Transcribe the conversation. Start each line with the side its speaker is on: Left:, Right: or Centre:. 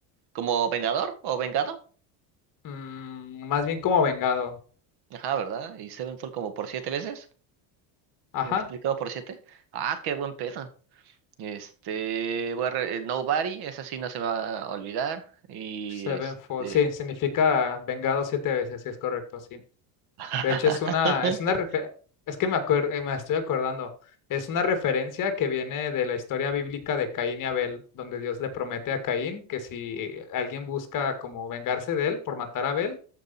Right: ¿Como vengador o vengado?
Left: Mm, más bien como vengado.
Right: Ajá, ¿verdad? Y Sevenfold como por siete veces,
Left: Ajá.
Right: multiplicado por siete. Ah, qué buen pedo. Este, voy a re- eh, Nobody, esa sí no se me va a olvidar. Y
Left: Sevenfold.
Right: este.
Left: Sí, significa vengado siete veces, sí, es correcto, sí.
Right: <laughs>
Left: De hecho, es una, es una, refe- es que me acuer- eh, me estoy acordando, es una referencia que viene de la historia bíblica de Caín y Abel, donde Dios le promete a Caín que si alguien busca como vengarse de él por matar a Abel,